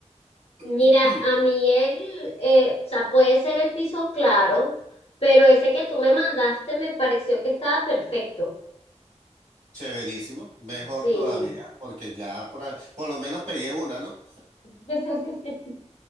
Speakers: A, on the left; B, on the right.
A: Mira,
B: <clears throat>
A: a mí el, eh, o sea, puede ser el piso claro, pero ese que tú me mandaste me pareció que estaba perfecto.
B: Chéverísimo, mejor
A: Sí.
B: todavía, porque ya por, ahí- por lo menos pegué una, ¿no?
A: <laughs>